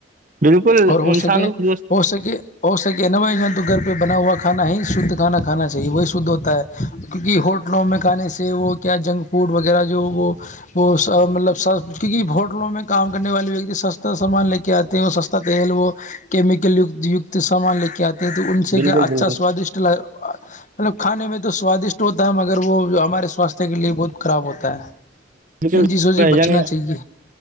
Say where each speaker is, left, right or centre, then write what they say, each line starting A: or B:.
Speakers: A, on the right (about 40°); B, on the left (about 40°).
A: بالکل
B: اور ہو
A: انسان
B: سکے
A: کو
B: ہو سکے ہو سکے نا بھائی جان تو گھر پہ بنا ہوا کھا ہی شدھ کھا کھانا چاہیے وہی شدھ ہوتا ہے کیونکہ ہوٹلوں میں کھانے سے وہ کیا جنک فوڈ وغیرہ جو وہ وہ مطلب س کیونک ہوٹلوں میں کام کرنے والے ویک سستا سامان لے کے آتے ہیں وہ سستا تل وہ کیمیکل یو کت سامان لے کے آتے ہیں تو ان
A: بالکل
B: سے کیا اچھا
A: بالکل
B: سوادشٹ مطلب کھانے میں تو سوادشٹ ہوتا ہے مگر وہ جو ہمارے سوستھ کے لیے بہت خراب ہوتا ہے
A: بالکل
B: ان چیزوں سے
A: بھائی
B: بچنا
A: جان
B: چاہیے